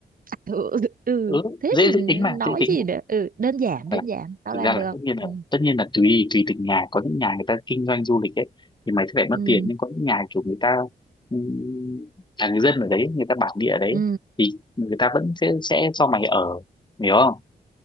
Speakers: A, on the right; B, on the left.
A: ừ, <laughs> ừ.
B: ừ
A: thế
B: dễ
A: thì
B: dễ tính mà
A: nói
B: dễ tính
A: gì
B: mà
A: nữa ừ đơn giản đơn
B: Là-
A: giản tao
B: thực
A: làm
B: ra là
A: được
B: tất nhiên là
A: ừ
B: tất nhiên là tùy tùy từng nhà có những nhà người ta kinh doanh du lịch ấy thì mày sẽ phải mất
A: ừ
B: tiền nhưng có những nhà kiểu người ta ừm, là người dân ở đấy người ta bản địa ở đấy
A: ừ
B: thì người ta vẫn sẽ sẽ cho mày ở hiểu không